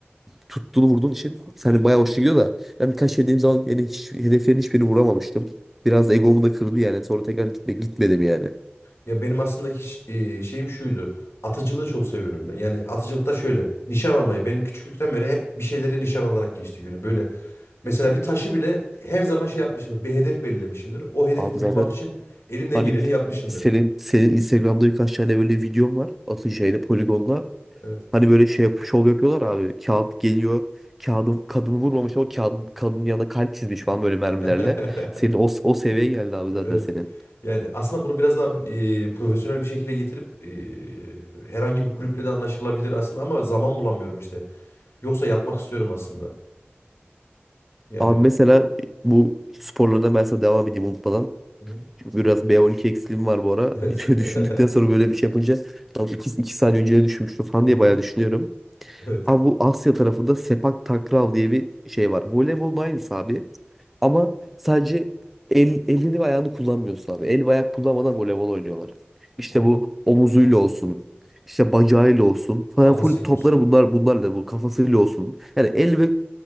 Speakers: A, in the centre; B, on the left (about 85°).
A: tuttuğunu vurduğun için sen de bayağı hoşuna gidiyor da. Ben birkaç şey dediğim zaman yani hiç, hedeflerin hiçbirini vuramamıştım. Biraz da egomu da kırdı yani. Sonra tekrar gitme, gitmedim yani.
B: Ya benim aslında hiç, e, şeyim şuydu. Atıcılığı çok seviyorum ben. Yani atıcılıkta şöyle. Nişan almayı. Benim küçüklükten beri hep bir şeylere nişan alarak geçti günüm. Böyle Mesela bir taşı bile her zaman şey yapmışımdır. Bir hedef belirlemişimdir. O hedefi
A: Abi
B: vurmak
A: zaten
B: için elimden
A: Hani
B: geleni yapmışımdır.
A: senin senin Instagram'da birkaç tane böyle videom var. Atınca'yla Poligon'la.
B: Evet.
A: Hani böyle şey yap, şov yapıyorlar abi. Kağıt geliyor. Kağıdın kadını vurmamış ama kağıdın kadının yanına kalp çizmiş falan böyle mermilerle.
B: <laughs>
A: Senin o, o seviyeye geldi abi
B: Evet.
A: zaten senin.
B: Yani aslında bunu biraz daha e, profesyonel bir şekilde getirip e, herhangi bir kulüple de anlaşılabilir aslında ama zaman bulamıyorum işte. Yoksa yapmak istiyorum aslında. Yani
A: Abi mesela bu sporlardan ben sana devam edeyim unutmadan.
B: Hı.
A: Çünkü biraz B12 eksiliğim var bu ara.
B: evet.
A: <laughs>
B: <laughs>
A: Düşündükten sonra böyle bir şey yapınca 2, iki iki saniye önce düşünmüştüm falan
B: Hı hı.
A: diye bayağı düşünüyorum.
B: Evet.
A: Abi bu Asya tarafında Sepak Takrav diye bir şey var. Voleybolun aynısı abi. Ama sadece el, elini ve ayağını kullanmıyorsun abi. El ve ayak kullanmadan voleybol oynuyorlar. İşte
B: Onun
A: bu omuzuyla olsun. işte bacağıyla olsun. Falan
B: Kafasıyla
A: full topları
B: olsun.
A: bunlar bunlarla bu kafasıyla olsun. Yani el ve